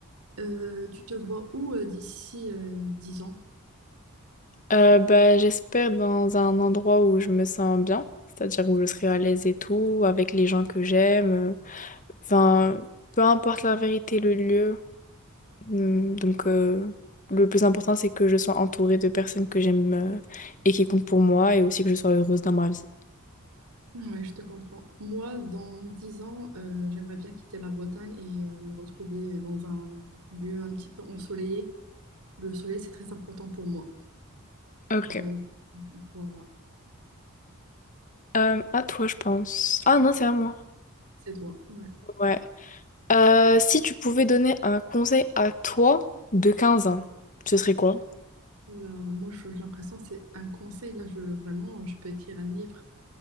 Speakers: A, on the right (about 85°); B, on the left (about 35°).
A: euh, tu te vois où euh, d'ici euh, 10 ans?
B: Euh, bah, j'espère dans un endroit où je me sens bien, c'est-à-dire où je serai à l'aise et tout, avec les gens que j'aime. euh. Enfin, peu importe la vérité, le lieu. Hum, Donc euh, le plus important, c'est que je sois entourée de personnes que j'aime euh, et qui comptent pour moi et aussi que je sois heureuse dans ma vie.
A: Oui, je te comprends. Moi, dans 10 ans, euh, j'aimerais bien quitter la Bretagne et euh, me retrouver dans un lieu un petit peu ensoleillé. Le soleil, c'est très important pour moi.
B: Ok.
A: Donc, voilà,
B: Euh, à toi, je pense. Ah non, c'est à moi.
A: c'est toi. Ouais.
B: Ouais. Euh, si tu pouvais donner un conseil à toi de 15 ans, ce serait quoi?
A: Là, moi, je- j'ai l'impression, c'est un conseil. Là, je, vraiment, je peux écrire un livre.